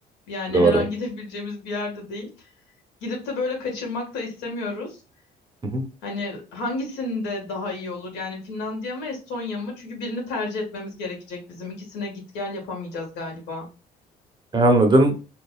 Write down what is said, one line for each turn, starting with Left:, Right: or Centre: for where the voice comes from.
Left: yani
Right: Doğru.
Left: her an gidebileceğimiz bir yerde değil. Gidip de böyle kaçırmak da istemiyoruz.
Right: Hı hı.
Left: Hani hangisinde daha iyi olur? Yani Finlandiya mı Estonya mı? Çünkü birini tercih etmemiz gerekecek bizim. İkisine git gel yapamayacağız galiba.
Right: E, Anladım.